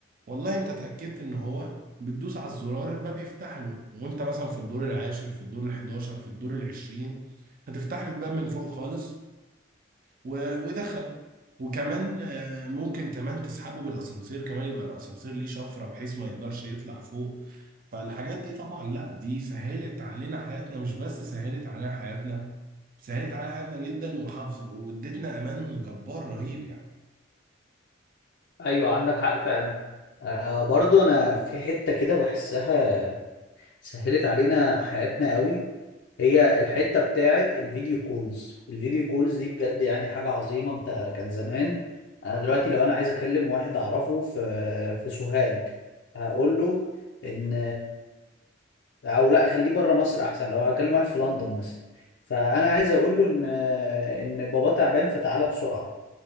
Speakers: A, on the right (about 45°); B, on the left (about 60°).
A: والله انت اتأكدت ان هو بتدوس على الزرار الباب يفتح له وانت مثلا في الدور العاشر في الدور الحداشر في الدور العشرين هتفتح له الباب من فوق خالص و... ودخل وكمان آه، ممكن كمان تسحبه بالاسانسير كمان يبقى الاسانسير ليه شفرة بحيث ما يقدرش يطلع فوق فالحاجات دي طبعا لا دي سهلت علينا حياتنا مش بس سهلت علينا حياتنا سهلت علينا حياتنا جدا وحفظ وادتنا امان جبار رهيب يعني
B: ايوه عندك حق فعلا آه برضو انا في حته كده بحسها سهلت علينا حياتنا قوي هي الحته بتاعت الفيديو كولز الفيديو كولز دي بجد يعني حاجه عظيمه انت كان زمان انا دلوقتي لو انا عايز اكلم واحد اعرفه في في سوهاج هقول له ان او لا خليه بره مصر احسن لو هكلم واحد في لندن مثلا فانا عايز اقول له ان ان بابا تعبان فتعالى بسرعه